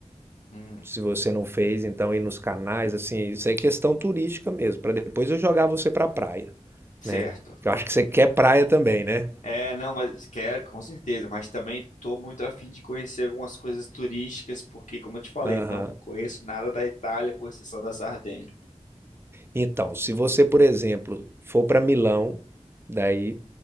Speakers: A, on the left; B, on the right.
A: hum,
B: se você não fez, então ir nos canais, assim, isso é questão turística mesmo, para depois eu jogar você para praia,
A: certo.
B: né? Eu acho que você quer praia também, né?
A: É, não, mas quero, com certeza, mas também tô muito afim de conhecer algumas coisas turísticas, porque, como eu te falei,
B: Aham.
A: não conheço nada da Itália, com exceção da Sardenha.
B: Então, se você, por exemplo, for para Milão, daí